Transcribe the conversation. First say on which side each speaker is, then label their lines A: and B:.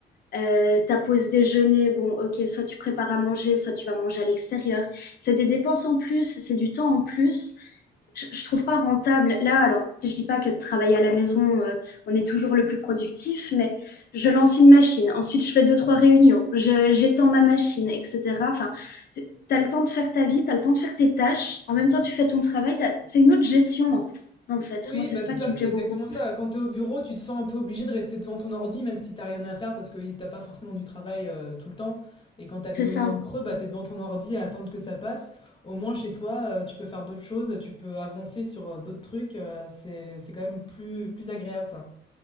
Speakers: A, on the left; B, on the left.
A: Euh, ta pause déjeuner, bon, ok, soit tu prépares à manger, soit tu vas manger à l'extérieur. C'est des dépenses en plus, c'est du temps en plus je, je trouve pas rentable. Là, alors, je dis pas que de travailler à la maison, euh, on est toujours le plus productif, mais je lance une machine, ensuite je fais deux, trois réunions, je- j'étends ma machine, etc. Enfin, t'as le temps de faire ta vie, t'as le temps de faire tes tâches, en même temps tu fais ton travail, t'as- c'est une autre gestion, en, fait. en fait.
B: Oui,
A: Moi, c'est
B: bah
A: ça
B: c'est
A: qui
B: ça, c'est
A: me plaît
B: exactement
A: beaucoup.
B: ça. Quand tu es au bureau, tu te sens un peu obligé de rester devant ton ordi, même si t'as rien à faire, parce que t'as pas forcément du travail euh, tout le temps. Et quand t'as des
A: C'est
B: moments
A: ça.
B: de creux, bah, tu es devant ton ordi à attendre que ça passe. Au moins, chez toi, euh, tu peux faire d'autres choses, tu peux avancer sur euh, d'autres trucs. euh, c'est, c'est quand même plus, plus agréable, quoi.